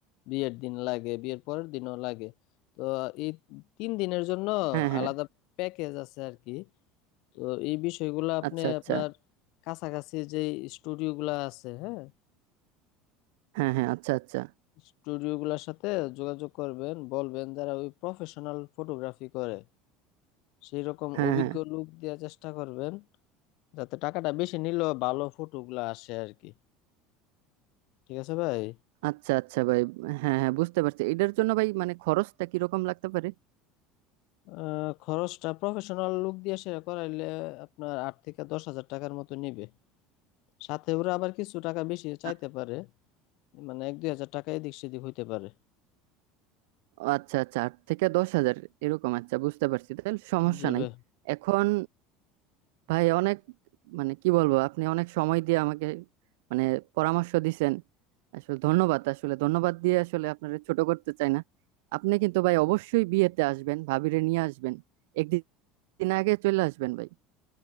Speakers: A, on the left; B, on the right.
A: বিয়ের দিন লাগে বিয়ের পরের দিনও লাগে তো এই তিন দিনের জন্য
B: হ্যাঁ হ্যাঁ
A: আলাদা প্যাকেজ আছে আর কি তো এই বিষয়গুলো আপনি
B: আচ্ছা আচ্ছা
A: আপনার কাছাকাছি যে স্টুডিওগুলো আছে হ্যাঁ
B: হ্যাঁ হ্যাঁ আচ্ছা আচ্ছা
A: স্টুডিওগুলোর সাথে যোগাযোগ করবেন বলবেন যারা ওই প্রফেশনাল ফটোগ্রাফি করে সেই রকম
B: হ্যাঁ
A: অভিজ্ঞ
B: হ্যাঁ
A: লোক দেওয়ার চেষ্টা করবেন যাতে টাকাটা বেশি নিলেও ভালো ফটোগুলা আসে আর কি ঠিক আছে ভাই
B: আচ্ছা আচ্ছা ভাই হ্যাঁ হ্যাঁ বুঝতে পারছি এটার জন্য ভাই মানে খরচটা কিরকম লাগতে পারে
A: আহ, খরচটা প্রফেশনাল লুক দিয়ে সেরা করাইলে আপনার আট থেকে দশ হাজার টাকার মতো নিবে সাথে ওরা আবার কিছু টাকা বেশি চাইতে
B: আ-
A: পারে মানে এক দুই হাজার টাকা এদিক সেদিক হইতে পারে
B: আচ্ছা আচ্ছা আট থেকে দশ হাজার এরকম আচ্ছা বুঝতে পারছি তাহলে সমস্যা
A: জি
B: নাই
A: ভাই
B: এখন ভাই অনেক মানে কি বলবো আপনি অনেক সময় দিয়ে আমাকে মানে পরামর্শ দিছেন আসলে ধন্যবাদ আসলে ধন্যবাদ দিয়ে আসলে আপনারা ছোট করতে চাই না আপনি কিন্তু ভাই অবশ্যই বিয়েতে আসবেন ভাবিরে নিয়ে আসবেন একদিন আগে চলে আসবেন ভাই